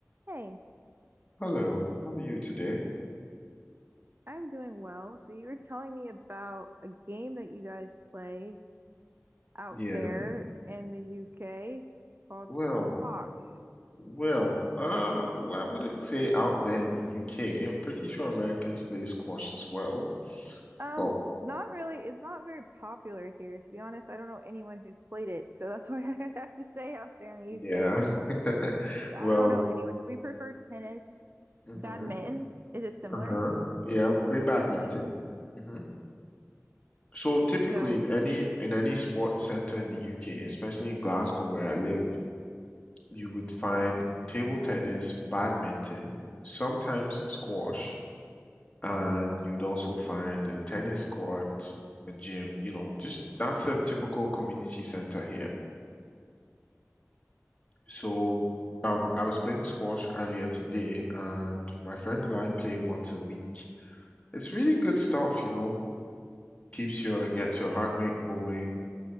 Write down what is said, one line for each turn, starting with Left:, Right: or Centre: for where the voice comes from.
Right: Hey,
Left: Hello, how are you today?
Right: I'm doing well. So you were telling me about a game that you guys play out
Left: Yeah,
Right: there in the UK called
Left: well,
Right: squash.
Left: well, uh, well, I wouldn't say out there in the UK. I'm pretty sure Americans play squash as well,
Right: Um,
Left: but
Right: not really, it's not very popular here, to be honest. I don't know anyone who's played it. So that's why <laughs> I have to say out there in the UK
Left: yeah, <laughs>
Right: because I don't know
Left: well,
Right: anyone. We prefer tennis,
Left: mm-hmm,
Right: badminton. Is it similar?
Left: uh-huh, yeah, we play badminton.
Right: Badminton.
Left: hmm So typically
Right: So
Left: in any in any sports center in the UK, especially in Glasgow where I live, you would find table tennis, badminton, sometimes squash. And you'd also find a tennis court, a gym, you know, just that's a typical community center here. So, um, I was playing squash earlier today, and my friend and I play once a week. It's really good stuff, you know, keeps your gets your heart rate going.